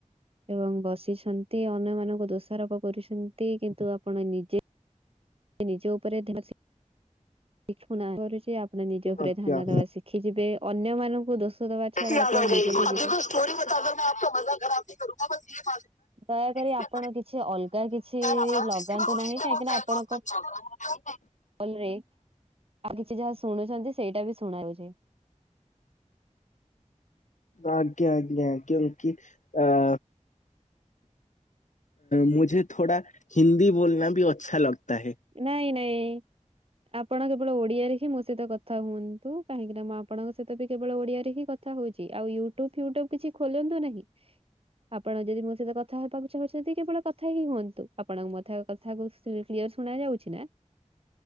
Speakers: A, on the right; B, on the left.
A: ଏବଂ ବସିଛନ୍ତି ଅନ୍ୟମାନଙ୍କୁ ଦୋଷାରୋପ କରୁଛନ୍ତି କିନ୍ତୁ ଆପଣ ନିଜେ। ନିଜ ଉପରେ ଅଧିକ ଶିଖ ଶିଖୁ କରୁଛି ଆପଣ ନିଜ ଉପରେ
B: ଆଜ୍ଞା।
A: ଧ୍ୟାନ ଦେବା ଶିଖ ସିଖି ଯିବେ ଅନ୍ୟମାନଙ୍କୁ ଦୋଷ ଦବା ଛଡା
B: ଦେଖ
A: ଆପଣ ନିଜେ ବି ଜୀବନ
B: ସ୍ଷ୍ଟୋରି ବତାଦ ମ ଆପ ମା ଖରାବତି କରୁା ବସ
A: ଦୟାକରି
B: ବା
A: ଆପଣ କିଛି ଅଲଗା କିଛି
B: <inaudible> <unintelligible>
A: ଲଗାନ୍ତୁ ନାହିଁ କାହିଁକି ନା ଆପଣଙ୍କ
B: ଆଉ କଣ।
A: ରେ ଆଉ କିଛି ଯାହା ଶୁଣୁଛନ୍ତି ସେଇଟା ବି ଶୁଣା ଯାଉଛି।
B: ଆଜ୍ଞା ଆଜ୍ଞା କ୍ୟୁଙ୍କି ଆ ଆ ମୁଝେ ଥୋଡା ହିନ୍ଦୀ ବୋଲନା ବି ଅଛା ଲଗତା ହେ।
A: ନାଇଁ ନାଇଁ। ଆପଣ କେବଳ ଓଡିଆରେ ହିଁ ମୋ ସହିତ କଥା ହୁଅନ୍ତୁ କାହିଁକି ନା ମୁଁ ଆପଣଙ୍କ ସହିତ ବି କେବଳ ଓଡିଆରେ ହିଁ କଥା। କଥା ହଉଛି ଆଉ ୟୁଟ୍ୟୁବ ଫ୍ୟୁଟୁବ କିଛି ଖୋଲନ୍ତୁ ନାହିଁ। ଆପଣ ଯଦି ମୋ ସହିତ କଥା ହେବାକୁ ଚାହୁଁଛନ୍ତି କେବଳ କଥା ହିଁ ହୁଅନ୍ତୁ ଆପଣଙ୍କ ମ ଥ କଥା କୁ। କ୍ଲିୟର ଶୁଣା ଯାଉଛି ନା।